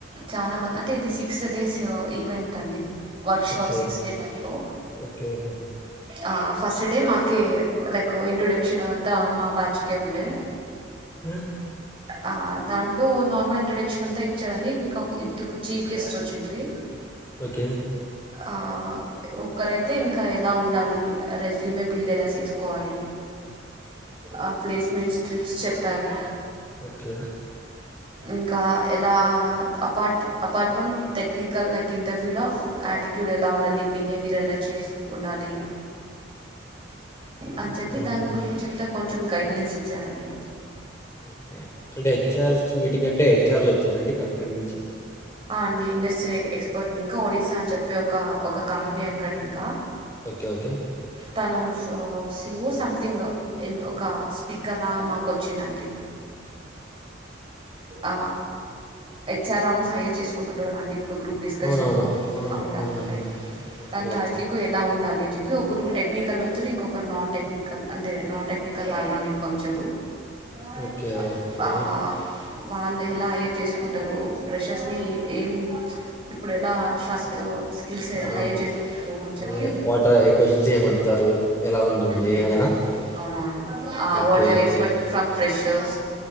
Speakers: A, on the right; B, on the left.
A: చానా మంది అంటే ఇది సిక్స్ దేసియో ఈవెంట్ అండి work shop
B: okay
A: six date అనుకో
B: ఓకే ఓకే
A: ఆ ఫస్ట్ డే మాకే లైక్ ఇంట్రొడక్షన్ అంతా మా బ్యాచ్ కె ఉండే
B: ఉమ్,
A: ఆ దాంట్లో నార్మల్ ఇంట్రొడక్షన్ అంతా ఇచ్చారండి ఇంకా ఇద్దరు చీఫ్ గెస్ట్ వచ్చిండ్రు రి
B: ఓకే
A: ఆ ఒకరైతే ఇంకా ఎలా ఉండాలి రెజ్యూమే బిల్డ్ ఎలా చేసుకోవాలి ఆ ప్లేస్మెంట్స్ ట్రిప్స్ చెప్పారు
B: ఓకే
A: ఇంకా ఎలా అపార్ట్ అపార్ట్వం టెక్నిక్ కల్ లైక్ ఇంటర్వ్యూలో యాటిట్యూడ్ ఎలా ఉండాలి బిహేవియర్ ఎలా చేస్ ఉండాలి అని చెప్పి
B: ఆహా
A: దాని గురించి <unintelligible> కొంచెం గైడెన్స్ ఇచ్చానండి
B: ఓకే అంటే హెచ్ఆర్స్ మీటిగ్ అంటే హెచ్ఆర్లు వచ్చారండి కంపెనీ నుంచి
A: ఆ అండి ఇండస్ట్రి ఎక్స్పర్ట్ ఇంకా ఒడిసా అని చెప్పి ఒక ఒక కంపెనీ ఎక్కడ్ ఇంకా
B: ఓకే ఓకే
A: తను సో సిఓ సంథింగ్ ఒక స్పీకర్లా మాకు వచ్చిందండి ఆ హెచ్ఆర్ రౌండ్స్ సహార్ చేసుకుంటున్నారు అండి ఇప్పుడు గ్రూప్ డిస్కషను
B: అవునవును ఆ
A: అవి
B: అవునండి
A: అలా
B: ఓకే
A: <inaudible>
B: ఓకే
A: ఎలా ఉండాలి జేపీ ఒకరు టెక్నికల్ <unintelligible> ఇంకొకరు నాన్ టెక్నికల్ అంటే నాన్ టెక్నికల్ బ్యాక్గ్రౌండ్ ఇంకా వచ్చారు బా
B: ఓకే
A: ఇ
B: ఓకే
A: ఆ వాళ్ళు ఎలా హయర్ చేసుకుంటారు ప్రెషర్స్ ని ఏం ఇప్పుడు ఎలా ఫస్టు స్కిల్స్
B: ఆ
A: హైయర్ చేసుకుంటారు అని చెప్పి
B: అదే వాటర్ క్వశ్చన్స్ ఏమంటారు ఎలా ఉంటుంది
A: మ్మ్
B: అదనా
A: అవునను
B: okay
A: what there
B: okay
A: expect from fresh దోష్